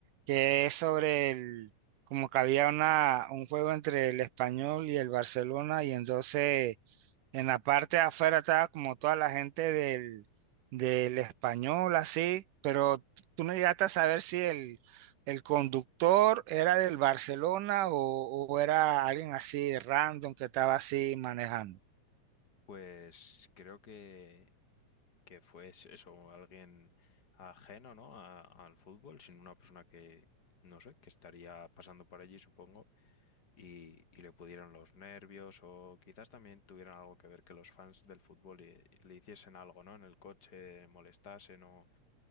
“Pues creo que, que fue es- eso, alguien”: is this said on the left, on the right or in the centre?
Left